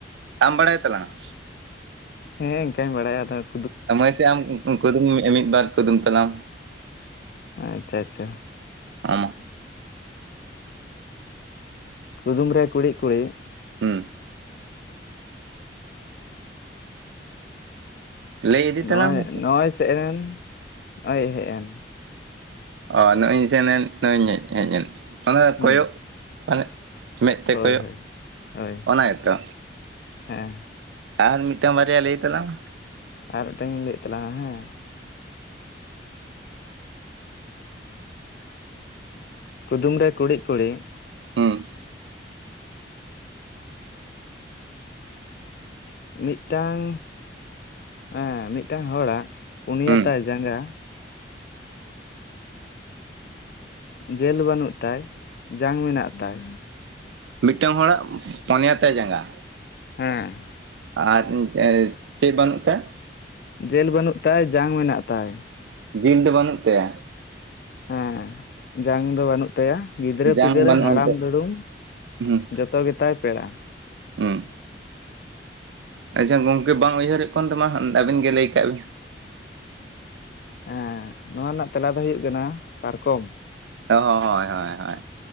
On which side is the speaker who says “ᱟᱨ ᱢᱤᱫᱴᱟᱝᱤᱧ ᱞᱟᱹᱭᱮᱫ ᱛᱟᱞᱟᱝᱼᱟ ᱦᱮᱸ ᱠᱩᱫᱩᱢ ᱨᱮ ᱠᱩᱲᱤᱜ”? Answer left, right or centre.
Left